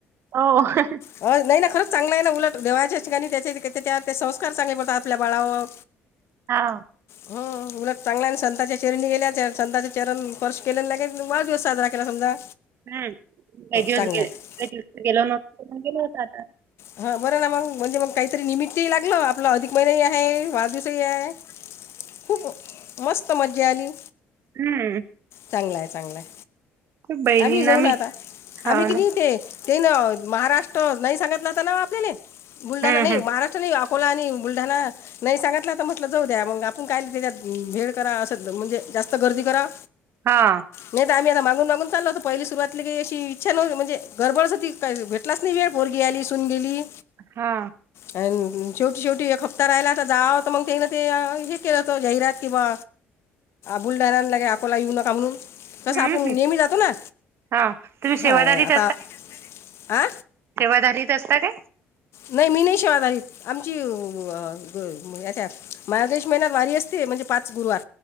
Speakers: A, on the right; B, on the left.
A: हो. <inaudible>
B: हो नाही ना खरंच चांगलं आहे ना उलट देवाच्या ठिकाणी त्याचे <unintelligible> त्या संस्कार चांगले पडतात आपल्या बाळावर
A: हा
B: हं... उलट चांगला संतताच्या चरणी गल्या सताचे चरण स्पर्श केल्या का वाढदिवस साजरा केला समजा.
A: हम्म काही दिवस
B: चांगला आहे
A: गेलो <unintelligible> नव्हतो पण गेलो होतो आता.
B: हा बरं ना मग म्हणजे मग काहीतरी निमित्त लागलं आपला अधिक महिना आहे वाढदव तस आहे खूप मस्त मजा आली
A: हम्म
B: चांगलाय चांगलाय
A: बहिणींना
B: आम्ही जाऊ
A: मी
B: ना आता
A: हाव
B: आम्ही कितीेते
A: ना
B: ते ना महाराष्ट्र नाही सांगितला अस ना आपल्याने बुलढाणा
A: हम्म
B: नाही
A: हम्म
B: महाराष्ट्र अकोला आणि बुलढणा नाही सांगितलं तर म्हटलं जाऊ द्या मग आपण काय त्याच्यात भेड करा असं म्हणजे जास्त गर्दी करा
A: हा
B: नाही त आम्ही आता मागून मागून चाल होत पहिली सुरवात लगे काही अशी इच्छा न म्हणे गडबडच होती तकाही भेलाच नाही वेळ पोरगी आली तून गेली.
A: हा.
B: अन शेवटी शेवटी एक हप्ता राहिला त जाव मग त्यान ते हे केलं होत जाहिरात कि बा बुलडाणा आणि लगे अकोला येऊ नका म्हणून तसं
A: हम्म
B: आपण
A: हम्म
B: नेहमी जातो ना
A: हा तुम्ही सेवाधारीत
B: हा आता. आ?
A: सेवादाली असता ते.
B: नाही मी नाही शेवादारीन आमची <unintelligible> त्या मार्गशीश महिन्यात वारी असते म्हणजे पाच गुरुवार.